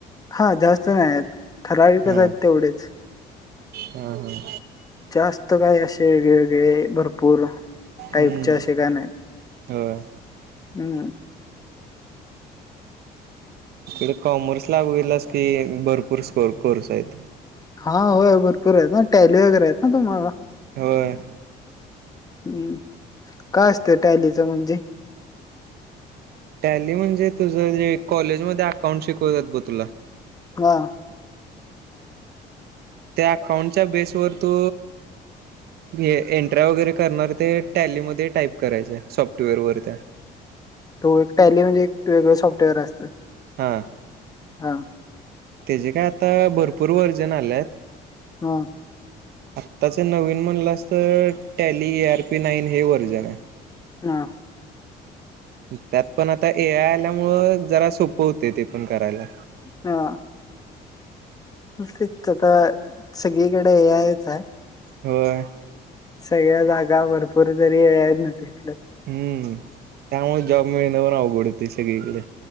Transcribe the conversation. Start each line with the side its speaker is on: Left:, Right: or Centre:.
Left: हा जास्त नाही आहेत. ठराविकच
Right: हा
Left: आहेत तेवढेच
Right: हा हा
Left: जास्त. त काय असे वेगळेवेेगळे भरपूर. टाईपचे
Right: हम्म
Left: असे काण नाहीत.
Right: होय
Left: हम्म.
Right: तिकडे कॉमर्स ला होईल असे भरपूर स्कोप कोर्स आहेत.
Left: हा होय भरपूर आहेत ना टॅली वगैरे आहेत ना.
Right: होय.
Left: हम्म काय असतं टायलीच म्हणजे.
Right: टॅली म्हणजे तुझ. कॉलेज मध्ये अकाउंट शिकवतात ब तुला.
Left: हा.
Right: त्या अकाउंटच्या बेसवर तो एंट्रा वगैरे करणार ते टॅलीमध्ये टाईप करायचे सॉफ्टवेअर वर त्या
Left: तो एक टॅली म्हणजे एक वेगळं सॉफ्टवेअर असतं.
Right: हां.
Left: हा
Right: तेजे काय आता, भरपूर व्हर्जन आल्यात.
Left: हा.
Right: आत्ताच नवीन म्हणलास तर टॅली एर. पी नाईन हे व्हर्जन आहे.
Left: हा.
Right: त्यात पण आता ए आय आल्यामुळ जरा. सोपं होते ते पण करायला
Left: हा. तेच आता सगळीकडे ए आयच आहे.
Right: होय.
Left: सगळ्या जागा भरपूर तरी ए आय नच घेतलं.
Right: हम्म त्यामुळे जॉब मिळन्यावर अवघड होते सगळीकडे.